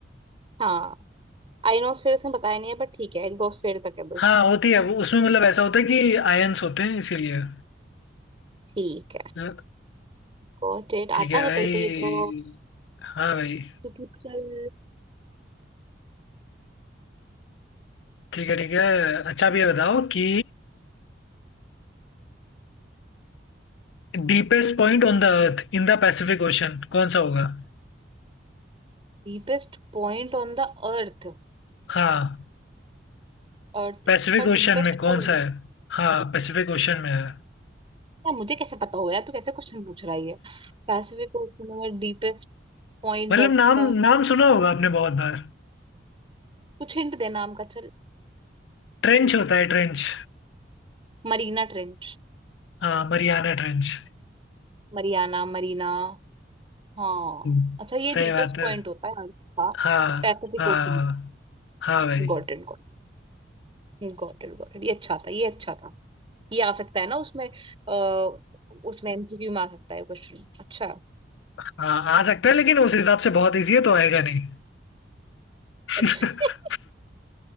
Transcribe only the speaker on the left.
हाँ होती है वो उसमें मतलब ऐसा होता है कि आयन्स होते हैं इसीलिए
तो
ठीक
है भाई
हाँ भाई
ठीक है ठीक है अच्छा अब ये बताओ कि deepest point on the earth in the Pacific Ocean कौन सा होगा
हाँ
पैसिफिक
ओशन में कौन
सा है हाँ पैसिफिक ओशन में है
मतलब
नाम
नाम सुना होगा आपने बहुत बार
ट्रेंच होता है ट्रेंच
हाँ मरियाना ट्रेंच
हम्म,
सही
बात है
हाँ
हाँ
हाँ भाई
हाँ आ सकता है लेकिन उस हिसाब से बहुत इजी है तो आएगा नहीं <laughs>